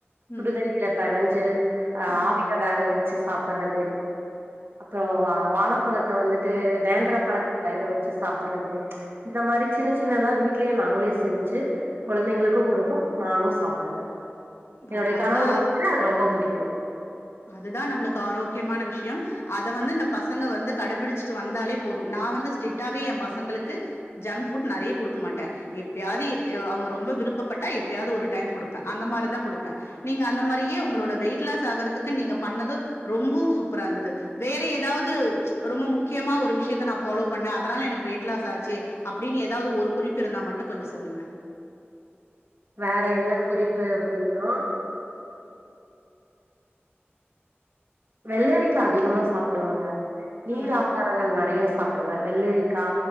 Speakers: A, on the right; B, on the left.
A: சுடுதண்ணில
B: ம்,
A: பெனைஞ்சு அ
B: ம்.
A: ஆவில வேக வச்சு சாப்டறது அப்பறொ வா வாழப்பழத்த வந்துட்டு நேந்திரப்பழத்த வேக வச்சு சாப்டறது இந்த மாரி சின்ன சின்னதா வீட்லே நாங்களே செஞ்சி கொழந்தைங்களுக்கு குடுப்ப நானூ சாப்டுவ
B: ஆ
A: என்னுடைய
B: அதுதா
A: கணவருக்கு
B: அரு
A: கூட அது ரொம்ப புடிக்கு
B: அதுதா நம்ளுக்கு ஆரோக்கியமான விஷயம் அத வந்து இந்த பசங்க வந்து கடைபிடிச்சிட்டு வந்தாலே போது நா வந்து ஸ்டிட்டாவே எய பசங்களுக்கு ஜங்க் ஃபுட் நறைய குடுக்க மாட்டே எப்பயாது அவுங்க ரொம்ப விருப்பப்பட்டா எப்பயாது ஒரு டைம் குடுப்ப அந்த மாரிதா குடுப்பே நீங்க அந்த மாரியே உங்களோட வெயிட் லாஸ் ஆகறதுக் கு நீங்க பண்ணது ரொம்பவு சூப்பரா இருந்தது வேற ஏதாவது ரொம்ப முக்கியமா ஒரு விஷயத்த நா ஃபாலோ பண்ணே அதனால எனக்கு வெயிட் லாஸ் ஆச்சு அப்டின்னு ஏதாது ஒரு குறிப் பு இருந்தா மட்டு கொஞ்ச சொல்லுங்க
A: வேற என்ன குறிப்பு அப்டின்னா வெள்ளேரிக்கா அதிகமா சாப்டுவங்க நீர்
B: ம்
A: ஆக ரங்கள் நெறைய சாப்டுவே வெள்ளரிக்கா